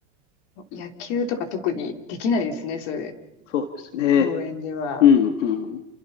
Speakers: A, on the left (about 60°); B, on the left (about 90°).
A: 野球とか特にできないですね、そういう
B: そうですね。
A: 公園では。
B: うん、うん。